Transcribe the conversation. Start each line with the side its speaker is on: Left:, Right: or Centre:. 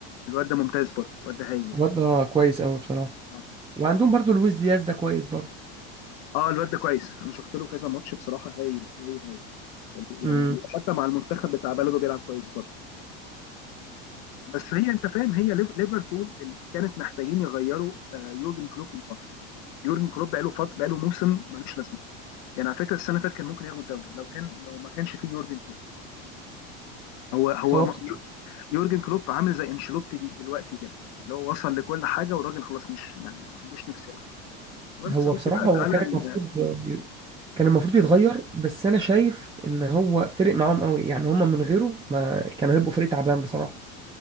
Left: الواد ده ممتاز برضه الواد ده هايل يعني
Right: الواد ده كويس قوي بصراحه
Left: اه
Right: وعندهم برضو لويس دياز ده كويس برضو
Left: اه الواد ده كويس انا شفت له كذا ماتش بصراحه هايل هايل هايل يعني
Right: امم
Left: حتى مع المنتخب بتاع بلده بيلعب كويس برضه بس هي انت فاهم هي ليف- ليفربول اللي كانت محتاجين يغيروا آه، يورجن كلوب من فتره يورجن كلوب بقاله فط... بقاله موسم ملوش لازمه يعني على فكره السنه اللي فاتت كان ممكن ياخد الدوري لو كان لو ما كانش فيه يورجن كلوب هو هو
Right: هو بص...
Left: يورجن كلوب عامل زي انشيلوتي دي دلوقتي كده اللي هو وصل لكل حاجه والراجل خلاص مش ما ما عندوش نفس يلعب المهم
Right: هو
Left: يا صديقي
Right: بصراحه
Left: بقى
Right: هو
Left: تعالى
Right: كان
Left: ال-
Right: المفروض كان المفروض يتغير بس انا شايف ان هو فرق معاهم قوي يعني هم من غيره ما كانوا هيبقوا فريق تعبان بصراحة